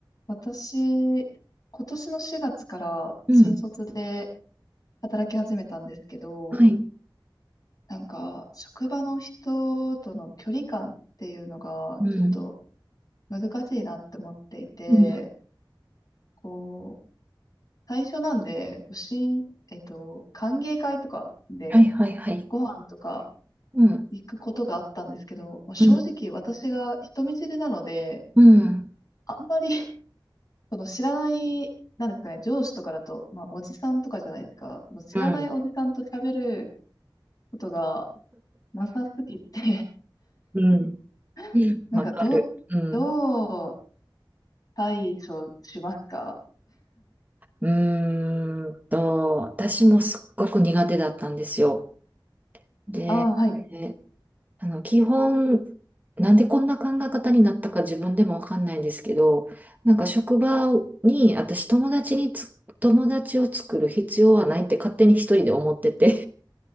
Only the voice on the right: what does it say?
うん。
はい。
うん。
うん。
はいはいはい。
うん。
うん。うん。
うん。
うん。
わかる。
うん。
うーんと、私もすっごく苦手だったんですよ。で、
えあの、基本、なんでこんな考え方になったか自分でもわかんないんですけど、なんか職場に、私友達につ、友達を作る必要はないって勝手に一人で思ってて